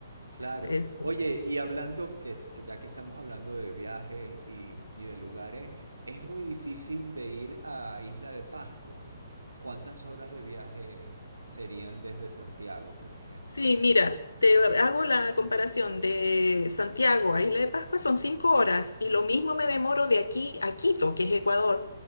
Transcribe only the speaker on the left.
eso.
Sí, mira, te hago la comparación de Santiago a Isla de Pascua, son cinco horas y lo mismo me demoro de aquí a Quito, que es Ecuador.